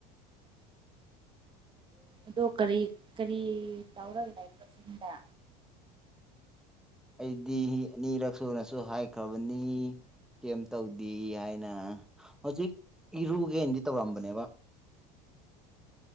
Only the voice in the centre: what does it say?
ꯑꯩꯗꯤ ꯑꯅꯤꯔꯛ ꯁꯨꯅꯁꯨ ꯍꯥꯏꯈ꯭ꯔꯕꯅꯤ ꯀꯩꯝ ꯇꯧꯗꯦ ꯍꯥꯏꯅ ꯍꯧꯖꯤꯛ ꯏꯔꯨꯒꯦꯅꯗꯤ ꯇꯧꯔꯝꯕꯅꯦꯕ